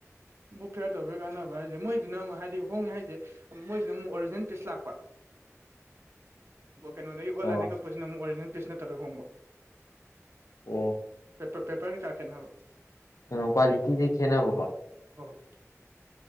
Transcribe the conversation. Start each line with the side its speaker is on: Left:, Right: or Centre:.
Right: ꯕꯨꯛ ꯐꯤꯌꯥꯔ ꯇꯧꯕꯒꯤ ꯀꯥꯟꯅꯕ ꯍꯥꯏꯁꯦ ꯃꯣꯏꯗꯨꯅ ꯑꯃꯨꯛ ꯍꯥꯏꯗꯤ ꯍꯣꯡꯉꯦ ꯍꯥꯏꯁꯦ ꯫ ꯃꯣꯏꯁꯤꯅ ꯑꯃꯨꯛ ꯑꯣꯔꯤꯖꯤꯅꯦꯜ ꯄꯤꯁ ꯂꯥꯛꯄ ꯫
Left: <inaudible>
Right: ꯀꯩꯅꯣꯗꯒꯤ ꯑꯣꯟꯂꯥꯏꯟꯗꯒꯤ
Left: ꯑꯣ
Right: ꯀꯛꯄꯁꯤꯅ ꯑꯃꯨꯛ ꯑꯣꯔꯤꯖꯤꯅꯦꯜ ꯄꯤꯁ ꯅꯠꯇꯕꯩ ꯍꯣꯡꯕ ꯫
Left: ꯑꯣ
Right: ꯄꯦꯔ ꯄꯦꯄꯔꯒꯤ ꯀꯩ ꯀꯥ ꯈꯦꯠꯅꯕ ꯫
Left: ꯀꯩꯅꯣ ꯀ꯭ꯋꯥꯂꯤꯇꯤꯗꯤ ꯈꯦꯠꯅꯕ ꯀꯣ
Right: ꯍꯣꯏ